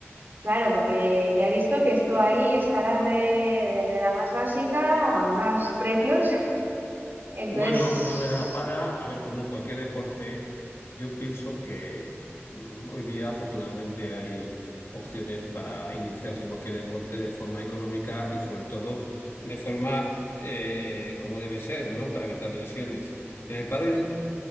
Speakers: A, on the right; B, on the left.
A: claro, porque ya he visto que esto hay escalas de, desde la más básica a unos precios, entonces,
B: Bueno, lo de la pala, a ver, como en cualquier deporte, yo pienso que mm, hoy día afortunadamente hay opciones para iniciarse en cualquier deporte de forma económica y sobre todo de forma eh, como debe ser, ¿no? Para evitar lesiones. En el pádel